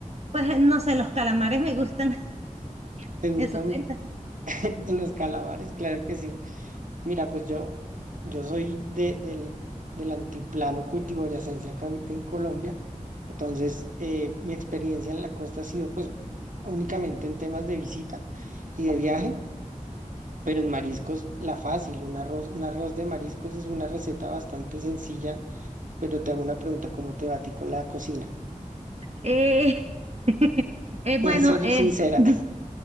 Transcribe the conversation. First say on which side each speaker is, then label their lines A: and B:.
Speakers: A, on the right (about 50°); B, on the right (about 75°).
A: Pues no sé, los calamares me gustan, <laughs>
B: ¿Te gustan
A: eso cuenta.
B: <laughs> los calamares? Claro que sí. Mira, pues yo, yo soy de, del, del antiplano cundiboyacense acá en, en Colombia. Entonces, eh, mi experiencia en la costa ha sido pues únicamente en temas de visita y de viaje, pero en mariscos la fácil, un arroz, un arroz de mariscos es una receta bastante sencilla, pero te hago una pregunta, ¿cómo te va a ti con la cocina?
A: Eh, <laughs>
B: <laughs>
A: eh,
B: Puedes
A: bueno,
B: ser
A: eh,
B: sincera,
A: <laughs>